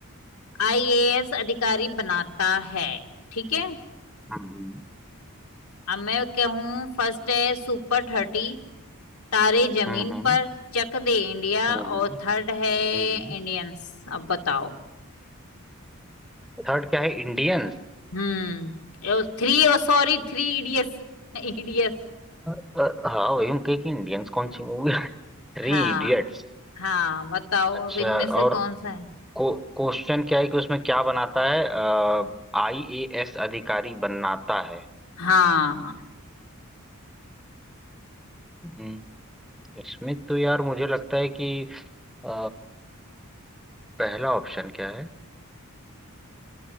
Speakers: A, on the left (about 85°); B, in the centre.
A: आईएएस अधिकारी बनाता है ठीक है
B: हम्म
A: अब मैं कहूँ फर्स्ट है सुपर थर्टी तारे जमीन
B: हम्म
A: पर चक दे इंडिया
B: हम्म
A: और थर्ड है
B: हम्म
A: इंडियंस अब बताओ
B: थर्ड क्या है इंडियंस
A: हम्म थ्री और सॉरी थ्री इडियट्स इडियट्स
B: अ, हाँ वही हम कहे कि इंडियंस कौन सी मूवी है <laughs>
A: <laughs>
B: Three
A: हाँ
B: idiots
A: हाँ बताओ
B: अच्छा
A: अब इनमें से
B: और
A: कौन सा है
B: को क्वेश्चन क्या है कि उसमें क्या बनाता है आईएएस अधिकारी बनाता है
A: हाँ
B: हम्म, इसमें तो यार मुझे लगता है कि अ, पहला ऑप्शन क्या है